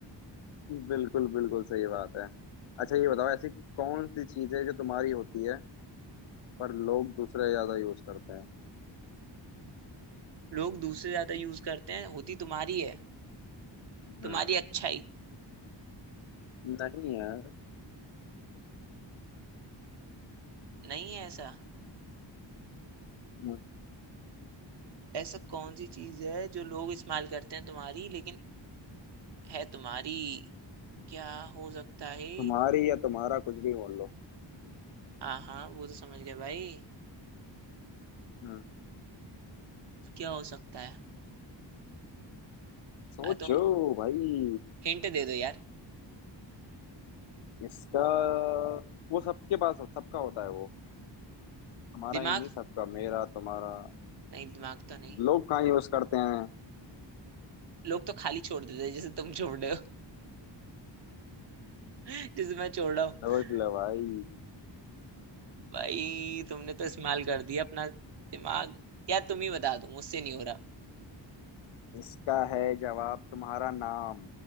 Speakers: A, on the left; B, on the right.
A: बिल्कुल बिल्कुल सही बात है अच्छा ये बताओ ऐसी कौन सी चीज है जो तुम्हारी होती है पर लोग दूसरे ज्यादा यूज करते हैं
B: लोग दूसरे ज्यादा यूज करते हैं होती तुम्हारी है
A: हम्म
B: तुम्हारी अच्छाई
A: नहीं यार
B: नहीं है ऐसा
A: हम्म,
B: ऐसा कौन सी चीज है जो लोग इस्तेमाल करते हैं तुम्हारी लेकिन है तुम्हारी क्या हो सकता है
A: तुम्हारी या तुम्हारा कुछ भी बोल लो
B: हाँ हाँ वो तो समझ गए भाई
A: हम्म
B: क्या हो सकता है
A: सोचो
B: आ, तो
A: भाई
B: हिंट दे दो यार
A: इसका वो सबके पास हो- सबका होता है वो हमारा
B: दिमाग
A: ही नहीं सबका मेरा तुम्हारा
B: नहीं दिमाग तो नहीं
A: लोग कहाँ यूज करते हैं
B: लोग तो खाली छोड़ देते हैं जैसे तुम छोड़ रहे हो <laughs> जैसे मैं छोड़ रहा हूँ
A: सोच लो भाई
B: भाई तुमने तो इस्तेमाल कर दिया अपना दिमाग यार तुम ही बता दो मुझसे नहीं हो रहा
A: इसका है जवाब तुम्हारा नाम